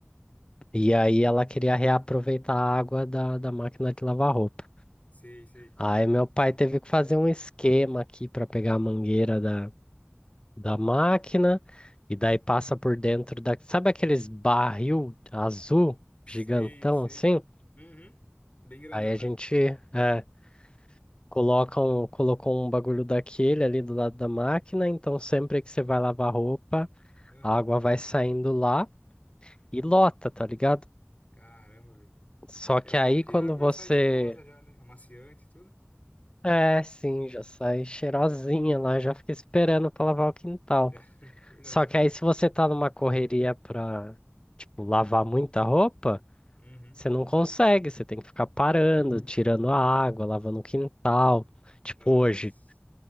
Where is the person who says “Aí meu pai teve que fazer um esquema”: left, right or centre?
Left